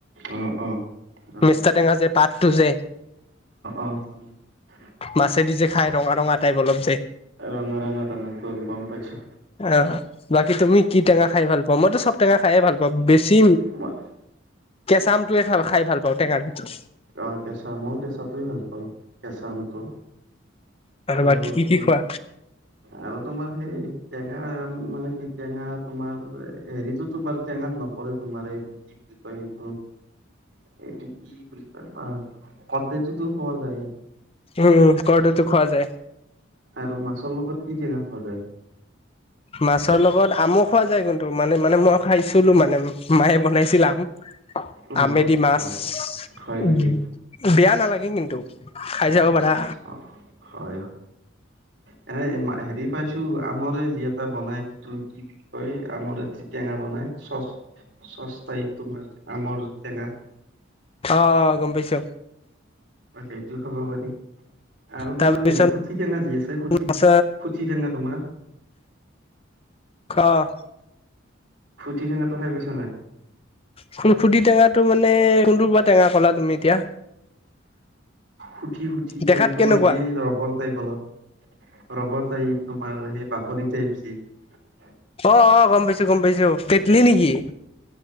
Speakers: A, on the right; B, on the left.
A: অ অ জানো
B: মিষ্টা টেঙা যে পাত, তো জে
A: <inaudible>
B: মাছেদি যে খাই ৰঙা ৰঙা টাইপ অলপ যে
A: ৰঙা ৰঙা টেঙা গম পাইছো।
B: আহ বাকী তুমি কি টেঙা খাই ভাল পোৱা? মইতো চব টেঙা খাইে ভাল পাওঁ, বেছি
A: মই
B: কেঁচা আমটোয়ে খাই ভাল পাওঁ টেঙাৰ ভিতৰত।
A: অ' কেঁচা আম‌। ময়ো কেঁচাআমটোয়ে ভাল পাওঁ কেঁচা আমটো। আৰু
B: বাকী কি
A: তম
B: কি খোৱা
A: আৰু তোমাৰ হেই টেঙা মানে কি টেঙা তোমাৰ হেৰিটোতো বাৰু টেঙাত নপৰে তোমাৰ এইটো কি বুলি কয় এইটো এইটো কি বুলি কয়? আৰু <unintelligible> খোৱাা যায়।
B: উম উ কৰ্দৈটো খোৱা যায়।
A: আৰু মাছৰ লগত কি টেঙা খোৱা যায়?
B: মাছৰ লগত আমো খোৱা যায় কিন্তু, মানে মানে, মই খাইছিলো মানে, মায়ে বনাইছিল আম
A: অ
B: আমেদি মাছ।
A: হয় হয়
B: উ
A: নেকি
B: বেয়া নালাগে কিন্তু, খাই চাব পাৰা।
A: অ হয় এনে হেৰি পাইছো আমৰে যি এটা বনাই সেইটো কি বুলি কয় আমৰে যি টেঙা বনাই চচ চচাই তোমাৰ আমৰ টেঙা।
B: আহ গম‌ পাইছো।
A: সেইটো খাব পাৰি আৰু তোমাৰ
B: তাৰপিছত
A: হেৰি খুঠি টেঙা যি আছে খুঠি
B: মাছ
A: টেঙা তোমাৰ
B: অ'।
A: খুঠি টৈঙাটো খাই পাইছ নাই?
B: খু খুঠি টেঙাটো মানে কোনটো বা টেঙা কলা তুমি এতিয়া?
A: সুঠি সুঠি টেঙা
B: দেখাত
A: তোমাৰ
B: কেনেকুৱা
A: যিয়ে ৰবৰ টাইপ অলপ ৰবৰ টাইপ তোমাৰ সেই বাকলিত <unintelligible>
B: অ' অ' গম পাইছো গম পাইছো। তেটেলি নেকি?